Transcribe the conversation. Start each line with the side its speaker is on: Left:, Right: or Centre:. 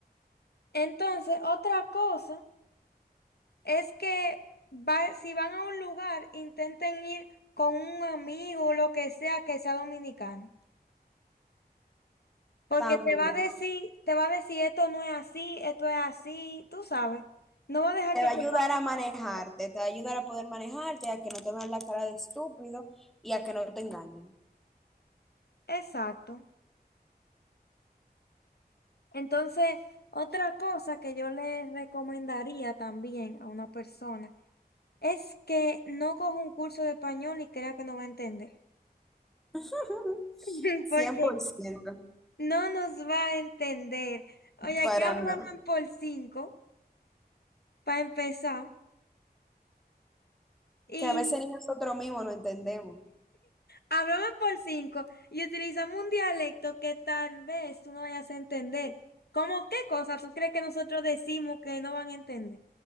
Left: Entonces, otra cosa. es que va- si van a un lugar, intenten ir con un amigo, o lo que sea, que sea dominicano. Porque
Centre: También
Left: te va a decir, te va a decir, esto no es así, esto es así, tú sabes. No va a dejar
Centre: te
Left: que
Centre: va a
Left: te
Centre: ayudar
Left: pase
Centre: a
Left: esas
Centre: manejarte,
Left: cosas.
Centre: te va a ayudar a poder manejarte, a que no te vean la cara de estúpido y a que no te engañen.
Left: Exacto. Entonces, otra cosa que yo le recomendaría también a una persona es que no coja un curso de español y crea que no va a entender.
Centre: <laughs>
Left: <laughs>
Centre: cien
Left: Porque
Centre: por ciento
Left: No nos va a entender. Oye,
Centre: para
Left: aquí hablaban
Centre: nada.
Left: por cinco, para empezar. Y
Centre: Que a veces ni nosotros mismos no entendemos.
Left: hablaban por cinco y utilizamos un dialecto que tal vez tú no vayas a entender. ¿Cómo qué cosa tú crees que nosotros decimos que no van a entender?